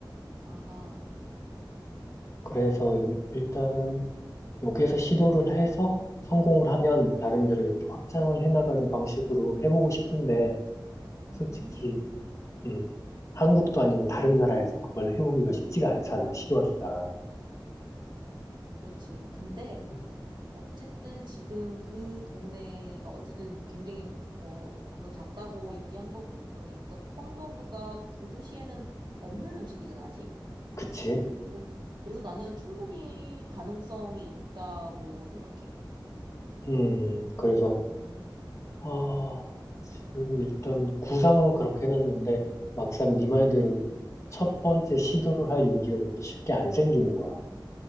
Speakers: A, on the right; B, on the left.
A: 아하.
B: 그래서 일- 일단은 여기에서 시도를
A: 그럼,
B: 해서 성공을 하면 다른 데로 이렇게 확장을 해나가는 방식으로 해보고 싶은데,
A: 음,
B: 솔직히, 음, 한국도 아니고 다른 나라에서 그걸 해보기가 쉽지가 않잖아, 시도하기가.
A: 그렇지. 근데
B: 음,
A: 어쨌든 지금 그 동네가 어쨌든 굉장히 뭐 방금 작다고 얘기한 거 보니까 콘도그가 그 도시에는 없는 음식이잖아, 아직?
B: 그치?
A: 음. 그래서 나는 충분히 가능성이 있다고 생각해.
B: 음, 그래서
A: 음.
B: 아, 지금 일단 구상은 그렇게 해놨는데 막상 네 말대로 첫 번째 시도를 할 용기가 그렇게 쉽게 안 생기는 거야.